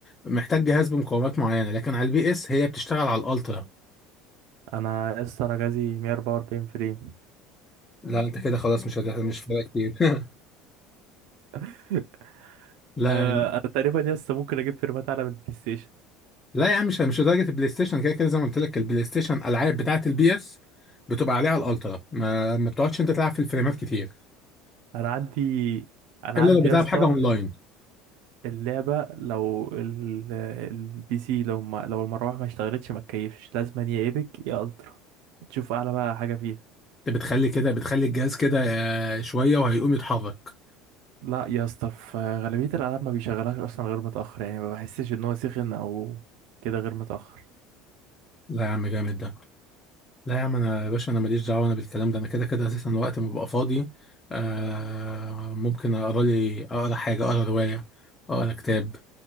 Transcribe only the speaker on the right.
انا يا اسطى انا جهازي 144 فريم
<laughs>
آه، انا تقريبا يا اسطى ممكن اجيب فريمات اعلى من البلاي ستيشن
انا عندي انا
عندي
يا اسطى
اللعبه لو ال... البي سي لو ما... لو المروحه ما اشتغلتش ما تكيفش لازم يا ايبك يا الترا تشوف اعلى بقى حاجه فيها
لا يا اسطى في غالبية الألعاب ما بيشغلهاش أصلا غير متأخر يعني ما بحسش إن هو سخن أو كده غير متأخر